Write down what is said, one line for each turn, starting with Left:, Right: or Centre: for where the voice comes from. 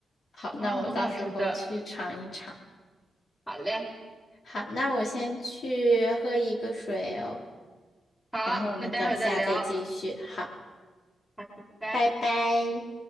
Left: 好，
Centre: 啊、
Left: 那我到时候去尝一尝。
Centre: 很好吃的。好嘞，
Left: 好，那我先去喝一个水哦，
Centre: 好，
Left: 然后我们等下再继续。
Centre: 那待会儿再聊，好，
Left: 好。
Centre: 拜拜。
Left: 拜拜。